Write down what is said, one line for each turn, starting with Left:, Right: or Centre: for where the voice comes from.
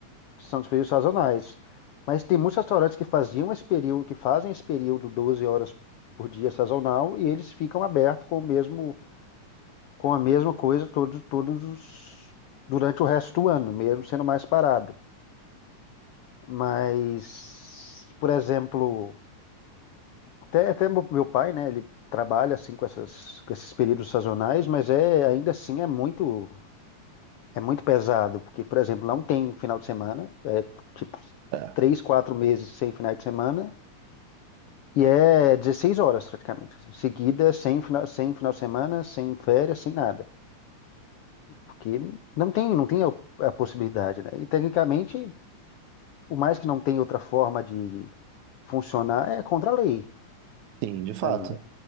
Left: são os períodos sazonais. Mas tem muitos restaurantes que faziam esse período, que fazem esse período 12 horas por dia sazonal e eles ficam abertos com o mesmo, com a mesma coisa todos, todos os, durante o resto do ano, mesmo sendo mais parado. Mas, por exemplo, Até, até meu meu pai, né? Ele trabalha assim com essas, com esses períodos sazonais, mas é ainda assim é muito é muito pesado, porque, por exemplo, não tem final de semana, é tipo
Right: É,
Left: três, quatro meses sem final de semana e é 16 horas praticamente, seguida sem final, sem final de semana, sem férias, sem nada, porque não tem não tem a, a possibilidade, né? E tecnicamente, por mais que não tenha outra forma de, de funcionar, é contra a lei
Right: sim, de fato.
Left: ainda.